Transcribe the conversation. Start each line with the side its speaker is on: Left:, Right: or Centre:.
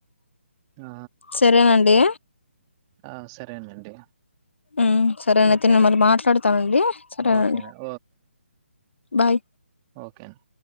Right: ఆ!
Left: సరేనండి
Right: ఆ సరేనండి
Left: ఉమ్ సరేనయితే
Right: ఓకేనండి.
Left: నేను మల్లి మాట్లాడతానండి సరేనండి
Right: ఓకేనండి.
Left: బాయ్
Right: ఓకే అండి